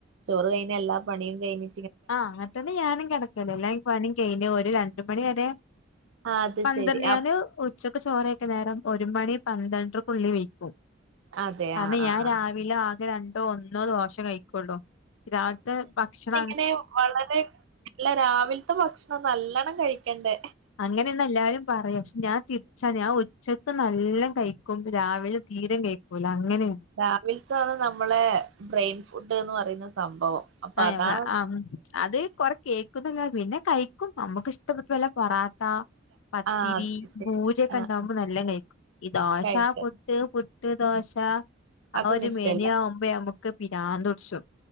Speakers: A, on the right; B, on the left.
A: ചോറു കഴിഞ്ഞ് എല്ലാ പണിയും കഴിഞ്ഞ്
B: ആഹ് അങ്ങനെ തന്നെ ഞാനും കെടക്കല് എല്ലാം ഈ പണി കഴിഞ്ഞ് ഒര് രണ്ടു മണി വരെ
A: ആഹ് അത്
B: <unintelligible>
A: ശരി ആ
B: ഉ ച്ചക്കു ചോറ് കഴിക്കാൻ നേരം ഒരു മണി പന്ത്രണ്ടരക്കുള്ളി വെക്കും
A: അതെ
B: കാരണം
A: ആഹ്
B: ഞാൻ
A: ആഹ് ആഹ്
B: രാവി <unintelligible> ആകെ രണ്ടോ ഒന്നോ ദോശ കഴിക്കൊള്ളൂ രാവിലത്തെ ഭക്ഷണ
A: അങ്ങനെ വളരെ അല്ല രാവിലത്തെ ഭക്ഷണം നല്ലോണം കഴിക്കണ്ടേ
B: അങ്ങനെയെന്ന് എല്ലാരും പറയും പക്ഷെ ഞാൻ തിരിച്ചാ ഞാൻ ഉച്ച ഇപ്പം നല്ല കഴിക്കും രാവിലെ തീരെ കഴിക്കൂല അങ്ങനേണ്
A: രാവിലത്തേണ് നമ്മളെ ബ്രെയിൻ ഫുഡ്ന്ന് പറയുന്ന സംഭവം അപ്പൊ
B: ആഹ്
A: അതാണ്
B: ഞമ്മള് അം അത് കൊറെ കേൾക്കൂന്നല്ലാതെ പിന്നെ കഴി ക്കും അമ്മക്കിഷ്ടപ്പെട്ട വല്ല പൊറാട്ട പത്തിരീ
A: ആഹ് അത് ശരി
B: ബുരിയൊക്കെ
A: ആഹ്
B: ഇണ്ടാവുമ്പോ നല്ല കഴിക്കും ഈ ദോശ
A: കഴിക്ക
B: പു ട്ട് പുട്ട് ദോശ
A: അതൊന്നും
B: ആ ഒരു
A: ഇഷ്ടല്ല
B: മെനു അവുമ്പോ നമുക്ക് പിരാന്ത് പിടിച്ചും